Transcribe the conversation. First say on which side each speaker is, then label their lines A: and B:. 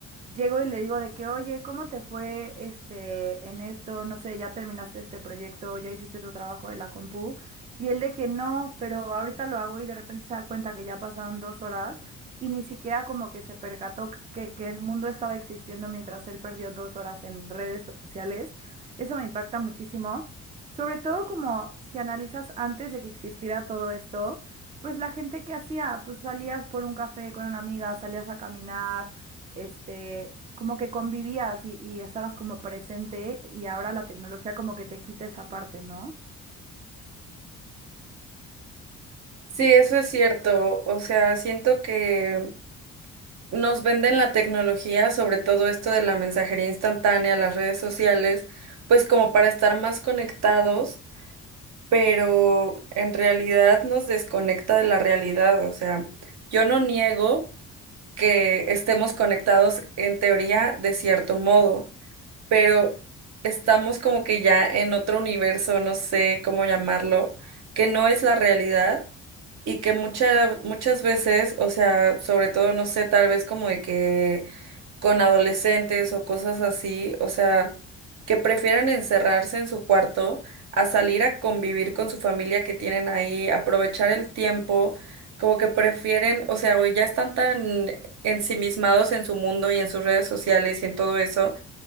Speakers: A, on the right; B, on the right.
A: Llego y le digo de que, oye, ¿cómo te fue este en esto? No sé, ya terminaste este proyecto, ya hiciste tu trabajo de la compu. Y él de que no, pero ahorita lo hago y de repente se da cuenta que ya pasaron dos horas y ni siquiera como que se percató que, que el mundo estaba existiendo mientras él perdió dos horas en redes sociales. Eso me impacta muchísimo. Sobre todo como si analizas antes de que existiera todo esto, pues la gente que hacía, pues salías por un café con una amiga, salías a caminar este, como que convivías y, y estabas como presente y ahora la tecnología como que te quita esa parte, ¿no?
B: Sí, eso es cierto. O sea, siento que nos venden la tecnología, sobre todo esto de la mensajería instantánea, las redes sociales, pues como para estar más conectados, pero en realidad nos desconecta de la realidad. O sea, yo no niego que estemos conectados en teoría de cierto modo pero estamos como que ya en otro universo, no sé cómo llamarlo, que no es la realidad y que muchas muchas veces, o sea, sobre todo, no sé, tal vez como de que con adolescentes o cosas así, o sea, que prefieran encerrarse en su cuarto a salir a convivir con su familia que tienen ahí, aprovechar el tiempo. Como que prefieren, o sea, hoy ya están tan ensimismados en su mundo y en sus redes sociales y en todo eso,